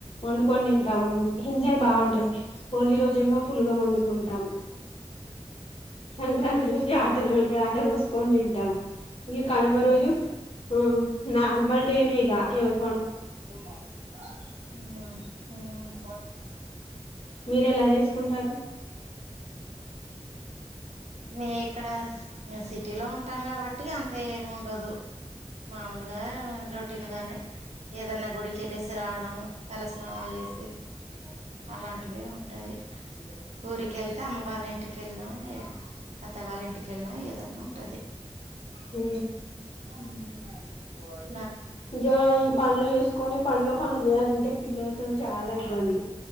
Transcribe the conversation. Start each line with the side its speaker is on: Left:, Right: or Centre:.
Left: వండుకొని తింటాము ఎంజాయ్ బాగుంటుంది హోలీ రోజు ఏమో పులగం వండుకుంటాం సంక్రాంతి రోజు యాటలు యాట గోసుకొని తింటాం ఇక కనుమ
Right: మీ
Left: రోజు ఆ నార్మల్ డేనే ఇగ ఎవర్
Right: హుమ్
Left: మీరేలా జెస్ కుంటారు
Right: మే ఇక్కడ సిటీ లో ఉంటాం కాబట్టి అంత ఏమి ఉండదు మామూలుగా రొటీన్ గానే ఏదన్నా గుడికెల్లెసి రావడం తలస్నానాలు చేసి అలాంటివే ఉంటాయి ఊరికెల్తా అమ్మ వాళ్ళ ఇంటికెళ్ళినా అత్త వాళ్ళ ఇంటికెళ్ళినా ఏదన్నా ఉంటది
Left: ఊ
Right: మ్ బాయ్
Left: ఇగ ఈ పన్లు చేసుకొని పండుగ పనులు చేయాలంటే పిల్లలతోనే చాలా ఇబ్బంది